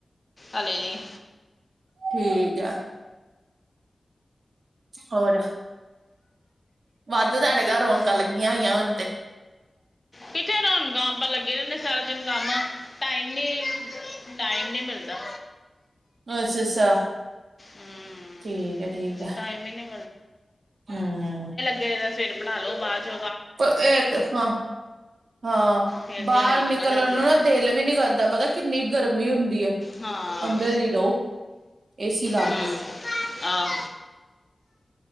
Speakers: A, on the left; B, on the right.
A: ਹਲੇ ਨੀ।
B: ਠੀਕ ਆ। ਹੋਰ ਵੱਧ ਤੁਹਾਡੇ ਘਰ
A: ਹਾਂ
B: ਰਣਕ ਲੱਗੀਆਂ ਹੋਈਆਂ ਹੁਣ ਤੇ।
A: ਕਿਥੇ ਰੌਣਕਾਂ ਆਪਾਂ ਲੱਗੇ ਰਹਿੰਦੇ ਸਾਰਾ ਦਿਨ ਕਮ ਟਾਈਮ ਨੀ ਟਾਈਮ ਨੀ ਮਿਲਦਾ।
B: ਅੱਛਾ-ਅੱਛਾ
A: ਹਮ
B: ਠੀਕ ਹੈ, ਠੀਕ ਹੈ
A: ਟਾਈਮ ਹੀ ਨਹੀਂ
B: ਹਮ।
A: ਦਾ ਸਵੇਰ ਬਣਾ ਲ ਲੋ ਬਾਅਦ ਚ
B: ਇਹ ਤੇ ਹਾਂ, ਹਾਂ।
A: ਫਿਰ
B: ਬਾਰ
A: ਦਿਹਾੜੀ
B: ਨਿਕਲਣ
A: ਨਿਕਲ ਜਾਂਦੀ
B: ਨੂੰ
A: ਐਦਾਂ
B: ਨਾ ਦਿਲ ਵੀ ਨੀ ਕਰਦਾ ਪਤਾ ਕਿੰਨੀ ਗਰਮੀ ਹੁੰਦੀ ਹੈ।
A: ਹਾਂ
B: ਅੰਦਰ ਹੀ ਰੋ, ਏਸੀ ਲਾ
A: ਹਮ,
B: ਕੇ।
A: ਆਹ